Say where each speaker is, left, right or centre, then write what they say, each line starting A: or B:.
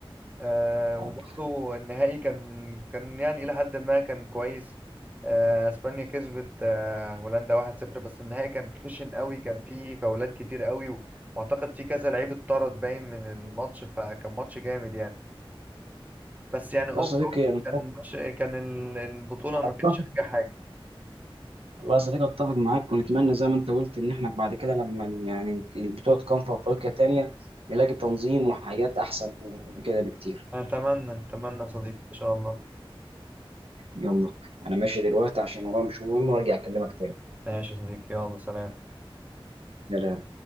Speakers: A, on the right; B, on the right.
A: آه،
B: والله
A: وبرضو النهائي كان كان يعني إلى حد ما كان كويس آه، اسبانيا كسبت آه، هولندا 1-0 بس النهائي كان خشن قوي كان فيه فاولات كتير قوي واعتقد في كذا لعيب اتطرد باين من الماتش فكان ماتش جامد يعني بس يعني اوفر
B: يا صديقي انا
A: كان ماتش كان ال- البطولة ما
B: متفق
A: كانتش أنجح حاجة
B: والله يا صديقي اتفق معاك ونتمنى زي ما انت قلت ان احنا بعد كده لما يعني البطوله تقام في افريقيا تانية نلاقي تنظيم وحياه احسن من كده بكتير
A: أتمنى أتمنى يا صديقي إن شاء الله
B: يلا انا ماشي دلوقتي عشان ورايا مش مهم وارجع اكلمك تاني
A: ماشي يا صديقي يلا سلام
B: سلام